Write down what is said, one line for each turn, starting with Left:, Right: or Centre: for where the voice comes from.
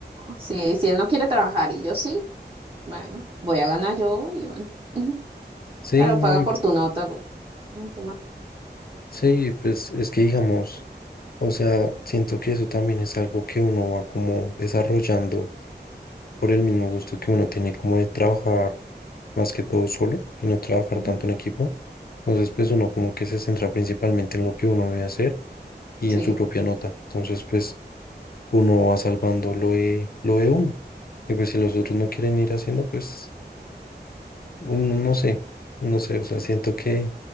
Right: Sí, si él no quiere trabajar y yo sí, bueno, voy a ganar yo y bueno. Ujú.
Left: Sí,
Right: Claro,
Left: no,
Right: paga
Left: y-
Right: por tu nota. po. Mm, ¿Qué más?
Left: sí, pues es que digamos, o sea, siento que eso también es algo que uno va como desarrollando por el mismo gusto que uno tiene como de trabajar más que todo solo y no trabajar
Right: Ujú.
Left: tanto en equipo. Entonces, pues uno como que se centra principalmente en lo que uno debe hacer y
Right: Sí.
Left: en su propia nota. Entonces, pues uno va salvando lo de, lo de uno. Y pues si los otros no quieren ir haciendo, pues uno no sé, no sé, o sea, siento que